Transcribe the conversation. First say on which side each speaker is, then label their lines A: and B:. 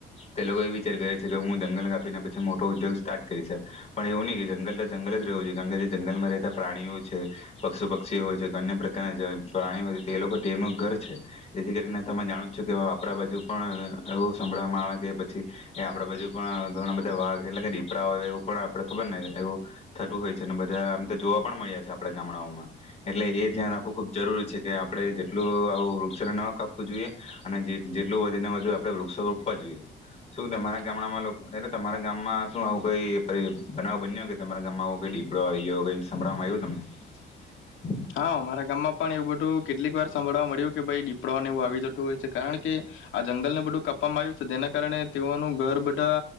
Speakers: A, on the left; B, on the left.
A: તે લોકો એ વિચાર કરે છે કે હું જંગલ કાપીને પછી મોટો ઉદ્યોગ સ્ટાર્ટ કરીશ પણ એવું નહી કે જંગલ તો જંગલ જ રહેવું જોઈએ. કારણ કે જંગલમાં રહેતા પ્રાણીઓ છે, પક્ષુ પક્ષીઓ હોય છે, અન્ય પ્રકારના પ્રાણીઓ હોય છે તે લોકો તેનું ઘર છે જેથી કરીને મે જાણો છું. કે આપણા બાજુ પણ એવું સંભળાં માળ કે પછી એ આપણા બાજુ પણ અ ઘણા બધા વાઘ એટલે કે દીપડા હોય એવું પણ આપડણે ખબર ને એવું થતું હોય છે. અને બધા આમ તો જોવા પણ મળ્યા છે આપડા ગામડાઓમાં એટલે એ ધ્યાન રાખવું ખૂબ જરૂરી છે કે આપડણે જેટલું આવું વૃક્ષને ન કાપ વું જોઈએ અને જેટલું વધે ને વધુ આપડે વૃક્ષો રોપવા જોઈએ. શું તમારા ગામડામાં લોક તમારા ગામમાં શું આવું કઈ બનાવ બન્યો હોય કે તમારા ગામમાં આવો દીપડો આવીયોઈ સંભળમાં આવ્યું તમને?
B: હા મારા ગામમાં પણ એવું બધું કેટલીક વાર સાંભળવા મળ્યું કે ભાઈ દીપડાઓને એવું આવી જતું હોય છે. કારણ કે આ જંગલને બધું કાપવામાં આવ્યું છે. જેના કારણે તેઓનું ઘર બધા